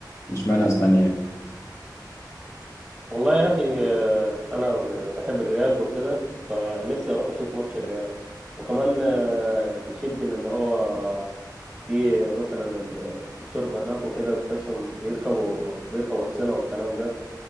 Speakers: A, on the left; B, in the centre.
A: مش معنى اسبانيا يعني
B: والله يا اخي آه، انا م- بحب الريال وكده فنفسي اروح اشوف ماتش الريال وكمان آه، بيشد ان اللي هو في مثلا ال- الشرطه هناك وكده بتحسهم بيركبوا بيركبوا حصنة والكلام ده